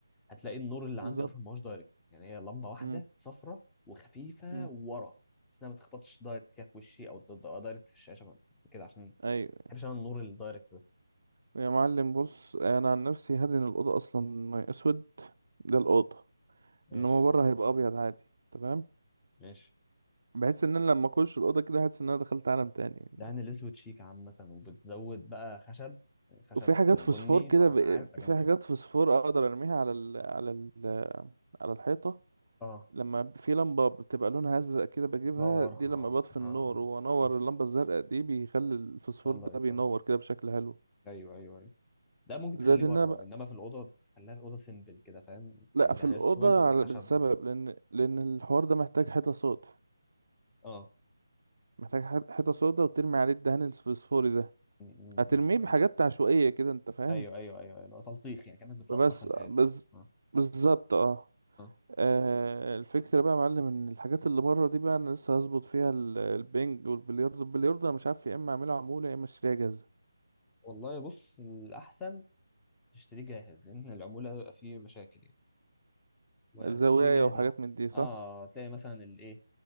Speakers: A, in the centre; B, on the right.
A: هتلاقي النور اللي
B: بالظبط
A: عندي اصلا ما هوش دايركت يعني هي لمبه واحده
B: امم
A: صفرة وخفيفه
B: امم
A: ورا بس انها ما تخبطش دايركت كده في وشي او دا- دا- دايركت في الشاشه كده عشان ما
B: ايوه
A: بحبش انا النور الدايركت
B: يا معلم بص انا عن نفسي هدن الاوضه اصلا ميه اسود ده الاوضه
A: ماشي
B: انما بره هيبقى ابيض عادي تمام
A: ماشي
B: بحيث ان انا لما اخش الاوضه كده احس ان انا دخلت عالم تاني
A: دهن الاسود شيك عامة وبتزود بقى خشب يعني خشب
B: وفي حاجات
A: بني
B: فوسفور كده
A: مع
B: ب...
A: نعام يبقى جامد
B: في حاجات
A: أوي
B: فوسفور اقدر ارميها على ال... على ال... على الحيطه
A: اه
B: لما في لمبة بتبقى لونها أزرق كده بجيبها
A: تنورها
B: دي لما
A: اه
B: بطفي النور
A: اه
B: وأنور
A: اه
B: اللمبة الزرقاء دي بيخلي الفوسفور
A: اه اللايت
B: ده بينور
A: اه
B: كده بشكل حلو
A: ايوه ايوه ايوه ده ممكن
B: زائد
A: تخليه
B: إن
A: بره
B: أنا بقى
A: انما في الاوضه تخليها الاوضه سيمبل كده فاهم
B: لأ
A: يعني
B: في
A: دهان
B: الأوضة
A: اسود وخشب
B: على بسبب
A: بس
B: لأن لأن الحوار ده محتاج حيطة سودا
A: اه
B: محتاج ح- حيطة سودا وترمي عليه الدهان الفوسفوري ده
A: م- م-
B: هترميه
A: م-
B: بحاجات
A: م.
B: عشوائية كده أنت فاهم
A: ايوه ايوه ايوه ايوه لو تلطيخ يعني كانك بتلطخ
B: بس
A: الحيطه
B: بس
A: اه
B: بالظبط اه
A: اه
B: آه، الفكرة بقى يا معلم ان الحاجات اللي بره دي بقى انا لسه هظبط فيها ال- البنج والبلياردو البلياردو انا مش عارف يا اما اعمله عمولة يا اما اشتريها جاهزة
A: والله بص الاحسن تشتريه جاهز لان العموله بيبقى فيه مشاكل يعني وتشتريه
B: زوايا
A: جاهز
B: وحاجات
A: احسن
B: من دي صح
A: اه تلاقي مثلا الايه